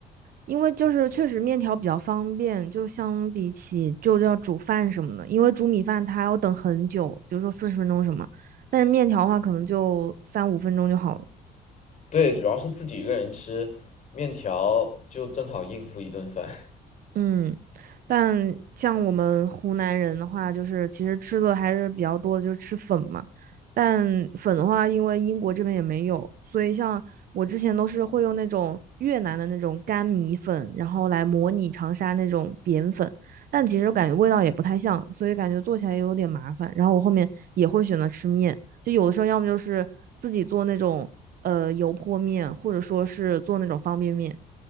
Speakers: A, on the right; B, on the left.
A: 因为就是确实面条比较方便，就相比起就要煮饭什么的，因为煮米饭它要等很久，比如说四十分钟什么，但是面条的话可能就三五分钟就好了。
B: 对，主要是自己一个人吃，面条就正好应付一顿饭。
A: 嗯，但像我们湖南人的话，就是其实吃的还是比较多的，就是吃粉嘛。但粉的话，因为英国这边也没有，所以像我之前都是会用那种越南的那种干米粉，然后来模拟长沙那种扁粉。但其实感觉味道也不太像，所以感觉做起来也有点麻烦。然后我后面也会选择吃面，就有的时候要么就是自己做那种呃油泼面，或者说是做那种方便面。